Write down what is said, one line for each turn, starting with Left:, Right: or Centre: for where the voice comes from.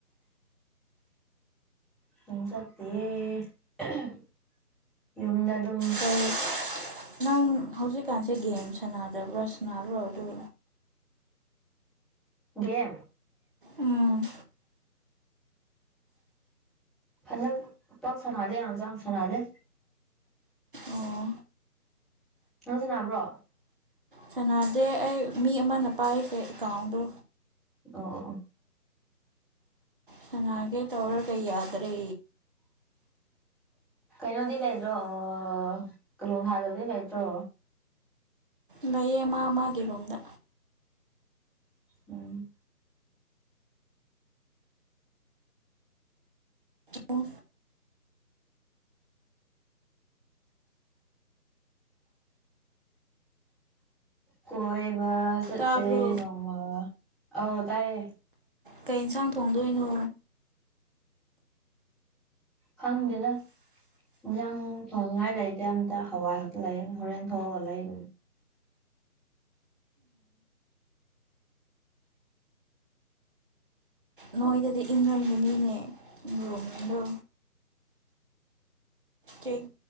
Centre: ꯎꯪ ꯆꯠꯇꯦꯌꯦ ꯑꯍ ꯌꯨꯝꯗ ꯑꯗꯨꯝ
Right: ꯀꯩ ꯅꯪ ꯍꯧꯖꯤꯛꯀꯥꯟꯁꯦ ꯒꯦꯝ ꯁꯥꯟꯅꯗ꯭ꯔꯕ꯭ꯔꯥ ꯁꯥꯟꯅꯕ꯭ꯔꯣ ꯑꯗꯨ
Centre: ꯒꯦꯝ
Right: ꯎꯝ
Centre: ꯍꯟꯗꯛ ꯄꯥꯛ ꯁꯅꯗꯦ ꯌꯥꯝ ꯖꯥꯡ ꯁꯅꯥꯗꯦ
Right: ꯑꯣ
Centre: ꯅꯪ ꯁꯅꯥꯕ꯭ꯔꯣ
Right: ꯁꯅꯥꯗꯦ ꯑꯩ ꯃꯤ ꯑꯃꯅ ꯄꯥꯏꯈꯔꯦ ꯑꯦꯀꯥꯎꯟꯗꯣ
Centre: ꯑꯣ ꯑꯣ ꯑꯣ
Right: ꯁꯅꯥꯒꯦ ꯇꯧꯔꯒ ꯌꯗꯔꯦ
Centre: ꯀꯩꯅꯣꯗꯤ ꯂꯩꯗꯣ ꯑꯣ ꯀꯂꯣꯡ ꯍꯥꯔꯗꯨꯗꯤ ꯂꯩꯇ꯭ꯔꯣ
Right: ꯃꯌꯦ ꯃꯥ ꯃꯥꯒꯤ ꯔꯨꯝꯗ
Centre: ꯎꯝ
Right: ꯑꯣ
Centre: ꯀꯣꯏ ꯒ ꯆꯠꯁꯦ
Right: ꯇꯥꯕ꯭ꯔꯣ
Centre: ꯅꯣꯡꯃ ꯑꯥꯎ ꯇꯥꯏꯌꯦ
Right: ꯀꯩ ꯏꯟꯁꯥꯡ ꯊꯣꯡꯗꯣꯏꯅꯣ
Centre: ꯈꯪꯗꯦꯗ ꯏꯟꯖꯥꯡ ꯊꯣꯡꯅꯤꯡꯉꯥꯏ ꯂꯩꯗꯦ ꯑꯝꯇ ꯍꯋꯥꯏ ꯈꯛꯇ ꯂꯩ ꯍꯣꯔꯦꯟ ꯊꯣꯛꯑꯒ ꯂꯩꯔꯨꯝ
Right: ꯅꯣꯏꯗꯗꯤ ꯏꯪꯔꯝꯒꯅꯤꯅꯦ ꯔꯣꯝꯗ ꯀꯦꯏ